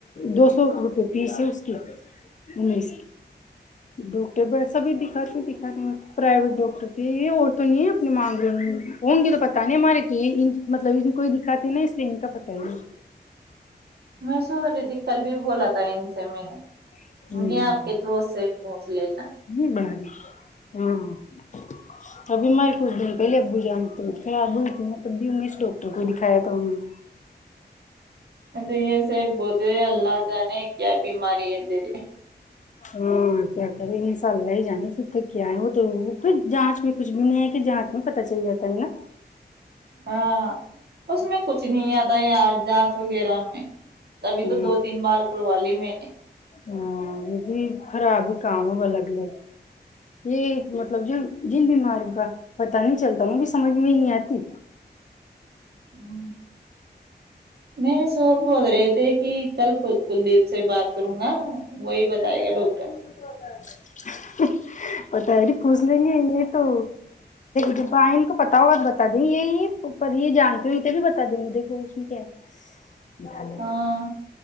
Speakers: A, on the left; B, on the right.
A: دو سو روپے فیس ہے اس کی امیش ڈاکٹر سبھی دکھاتے دکھاتے پرائیویٹ ڈاکٹر تھے یہ اور تو نہیں ہے اپنی مانگ لوں ہوں گے تو پتا نہیں ہمارے تو یہ مطلب ان کوئی دکھاتے نا اس لیے ان کا پت ہی نہیں
B: میں سوچ رہی تھی کل بھی بولا تھا ان سے میں نے
A: نہیں
B: مجھے آپ کے دوست سے پونچ لینا
A: ہ بنا دی ہاں <unintelligible> ابھی مارے کچھ دن پہلے ا جنتر <unintelligible> خراب ہوئی تھی میں تب بھی امیش ڈاکٹر کو دکھایا تھا انہوں نے
B: تو یہ سے بہت اللہ جانے کیا بیماری ہے دیرے
A: ہاں کیا کرے انشاء اللہ ہی جانیے پھر تو کیا ہے وہ تو پھر جانچ میں کچھ بھی نہیں ہے کہ جہات میں پ بچہ ہی رہتا ہے نا
B: ہاں اس میں کچھ نہیں آتا یار ج وغیرہ میں تبھی
A: ہ
B: تو دو تین بار کروا لی میں نے
A: ہاں یہ بھی خراب ہی کام ہو الگ الگ یہ مطلب جو جن بیماریوں کا پتا نہیں چلتا م بھی سمجھ میں ہی نہیں آتی
B: ہ میرے سوور بول رہے تھے کہ کل کل کلدیپ سے بات کروں گا
A: م
B: وہی بتائے
A: سے
B: گا ڈاکٹر
A: ا م ہوتا پتا ہےب پھس لیں گے یہ تو جب بائ ان کو پتا ہوگا تو بتا دیں گے یہی پر یہ جانتے ہو تب بتا دیں گے دیکھو اس میں کیا ہے دکھا لینا
B: ہاں